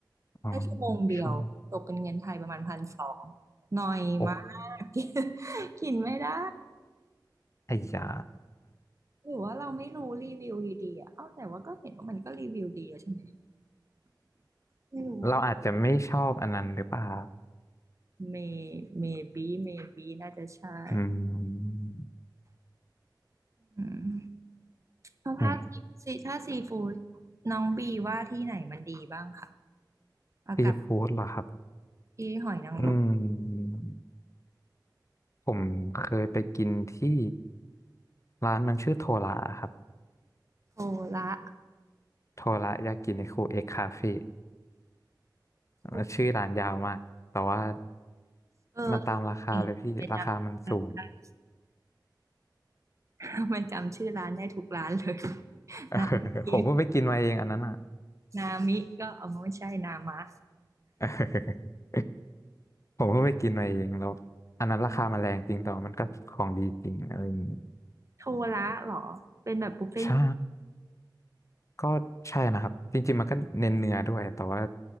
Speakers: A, on the left (about 40°); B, on the right (about 40°).
A: อ๋อ
B: ได้ชั่วโมงเดียวตกเป็นเงินไทยประมาณพันสอง
A: ช่วง
B: หน่อยมาก
A: โอ้
B: <laughs> กินไม่ได้
A: ไอ้ยา
B: หรือว่าเราไม่รู้รีวิวดีๆอ่ะเอ้าแต่ว่าก็เห็นว่ามันก็รีวิวดีอะใช่ไหมไม่รู้ว่า
A: เราอาจจะไม่ชอบอันนั้นหรือเปล่า
B: may maybe maybe น่าจะใช่
A: อืม
B: อืมแล้วถ้าาซีซีถ้าซีฟู้ด
A: นี่
B: น้องบีว่าที่ไหนมันดีบ้างค่ะเอากับ
A: ซีฟู้ดเหรอครับ
B: ที่หอยนางรม
A: อืมผมเคยไปกินที่ร้านมันชื่อโทระครับ
B: โทระ
A: โทระยากินิคุเอ็กคาเฟ่ แล้วชื่อร้านยาวมากแต่ว่า
B: โทเออ
A: มันตามราคาเลยพี่ราคามันสูง
B: เก่งทำไม่จำทำไม่จำชื่อร้านได้ทุกร้านเลย <laughs>
A: <laughs>
B: นายยิ้ม
A: ผมเพิ่งไปกินมาเองอันนั้นอ่ะ
B: นามิก็เอามาไม่ใช่นามะ
A: เออ <laughs> ผมเพิ่งไปกินมาเองแล้วอันนั้นราคามันแรงจริงแต่ว่ามันก็ของดีจริงอะไรอย่างงี้
B: โทระเหรอเป็นแบบบุฟเฟ่ต์
A: ใช่ก็ใช่นะครับจริงๆมันก็เน้นเนื้อด้วยแต่ว่า